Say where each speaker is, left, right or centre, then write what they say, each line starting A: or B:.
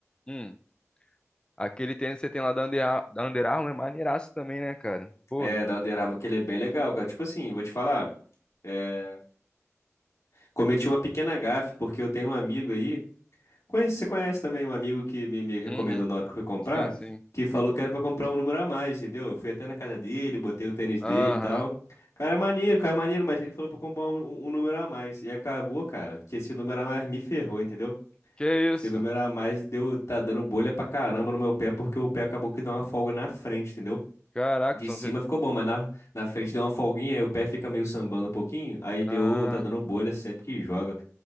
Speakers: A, on the left (about 20°); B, on the left (about 70°).
A: Hum, aquele tênis que você tem lá da Under, Ar- da Under Armour é maneiraço também, né, cara? Porra.
B: É, da Under Armour, que ele é bem legal, cara. Tipo assim, vou te falar, é, cometi uma pequena gafe, porque eu tenho um amigo aí, conhece, você conhece também um amigo que me, me recomendou
A: Uhum.
B: na hora que eu fui comprar,
A: Sim, sim.
B: que falou que era pra comprar um número a mais, entendeu? Eu fui até na casa dele, botei o tênis
A: Aham.
B: dele e tal. Cara, maneiro, cara, maneiro, mas ele falou pra eu comprar um, um um número a mais. E acabou, cara, que esse número a mais me ferrou, entendeu?
A: Que isso?
B: Esse número a mais deu, tá dando bolha pra caramba no meu pé, porque o pé acabou que deu uma folga na frente, entendeu?
A: Caraca,
B: De
A: então
B: cima
A: você.
B: ficou bom, mas na, na frente deu uma folguinha, aí o pé fica meio sambando um pouquinho, aí deu,
A: Ah.
B: tá dando bolha sempre que joga.